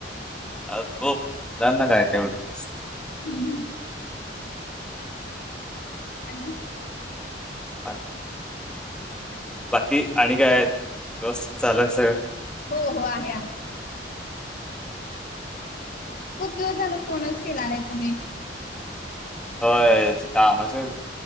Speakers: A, in the centre; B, on the left.
A: अ खूप जा ना काय तेवढच <unintelligible>
B: हम्म. आणि
A: अ <unintelligible> बाकी आणि काय आहेत व्यवस्थित चालय सगळं.
B: हो हो आहे आहे. खूप दिवस झाल फोनच केला नाही तुम्ही.
A: होय कामाच.